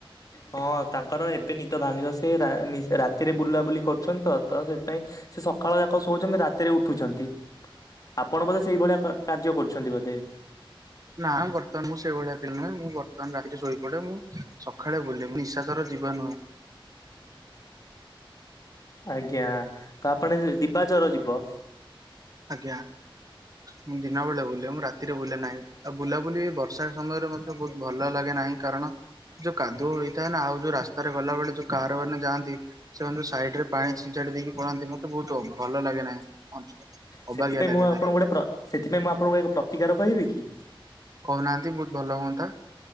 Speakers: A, on the left (about 40°); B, on the right (about 40°).
A: ହଁ ତାଙ୍କର ଏବେ ନିଦ ଭାଙ୍ଗିବ ସେ ରା ନିଷ ରାତିରେ ବୁଲାବୁଲି କରୁଚନ୍ତି ତ ତ ସେଥିପାଇଁ ସେ ଖାଳ ଯାକ ଶୋଉଚନ୍ତି ରାତିରେ ଉଠୁଛନ୍ତି ଆପଣ ବୋଧେ ସେଇଭଳିଆ କା କାର୍ଯ୍ୟ କରୁଚନ୍ତି ବୋଧେ?
B: ନା ବର୍ତ୍ତମାନ ମୁଁ ସେଇଭଳିଆ ପିଲି ନୁହେଁ ମୁଁ ବର୍ତ୍ତମାନ ରାତିରେ ଶୋଇପଡେ ମୁଁ ସକାଳେ ବୁଲେ ନିସ୍ୱାସର ଜୀବନ
A: ଆଜ୍ଞା ତ ଆପଣ ଦିବାଚର ଯିବ।
B: ଆଜ୍ଞା। ମୁଁ ଦିନ ବେଳେ ବୁଲେ ମୁଁ ରାତିରେ ବୁଲେ ନାହିଁ ଆଉ ବୁଲାବୁଲି ବର୍ଷା ସମୟରେ ମତେ ବହୁତ ଭଲ ଲାଗେ ନାହିଁ କାରଣ ଯୋଉ କାଦୁଅ ହେଇଥାଏ ନା ଆଉ ଯୋଉ ରାସ୍ତାରେ ଗଲାବେଳେ ଯୋଉ କାର ମାନେ ଯାଆନ୍ତି। ସେମାନେ ଯୋଉ ସାଇଡ ରେ ପାଣି ଛିଞ୍ଚାଡି ଦେଇକି ପଳାନ୍ତି ମତେ ବହୁତ ଅ ଭଲ ଲାଗେ ନାହିଁ।
A: ସେଥିପାଇଁ
B: ଅବାଗିଆ ଲାଗେ
A: ମୁଁ ଆପଣଙ୍କୁ
B: ଭାରି
A: ଗୋଟେ ପ୍ର ସେଥିପାଇଁ ମୁଁ ଆପଣଙ୍କୁ ଏକ ପ୍ରତିକାର କହିବି କି?
B: କହୁନାହାନ୍ତି ବହୁତ ଭଲ ହୁଅନ୍ତା।